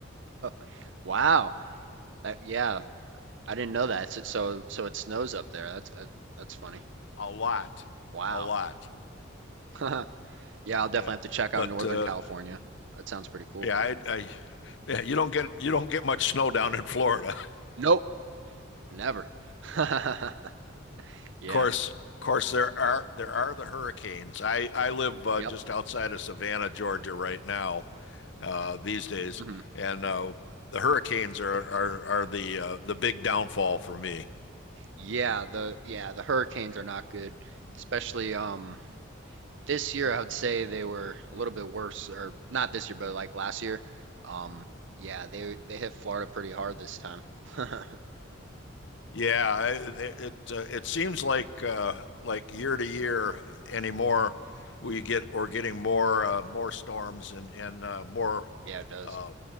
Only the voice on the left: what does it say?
a lot,
a lot.
Yeah,
but
uh,
yeah, I, I yeah, you don't get you don't get much snow down in Florida.
Of course, of course, there are there are the hurricanes. I I live uh,
just outside of Savannah, Georgia, right now, uh, these days,
and uh, the hurricanes are are are the uh, the big downfall for me.
Yeah, I- it it, uh, it seems like uh, like year to year anymore, we get we're getting more uh, more storms and and uh, more
uh,